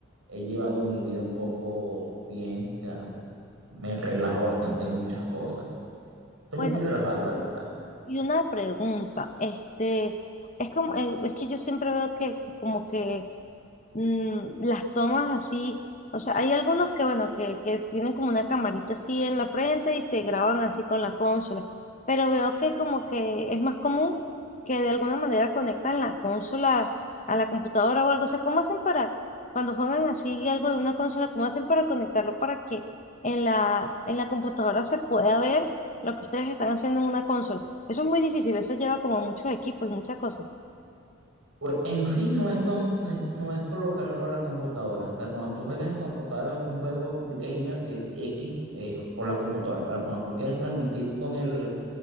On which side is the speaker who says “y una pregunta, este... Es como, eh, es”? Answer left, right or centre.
Left